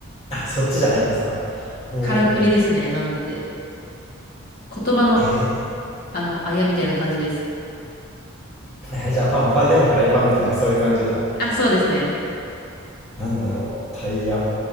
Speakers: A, on the left (about 30°); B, on the left (about 50°).
A: あ、そっちじゃないんですか。ほう。
B: からくりですね。なんで、言葉の、
A: え
B: あの、あやみたいな感じです。
A: ー、はいはい、じゃあパンはパンでもフライパンみたいな、そういう感じだ。
B: あ、そうですね。
A: なんだろう、タイヤ。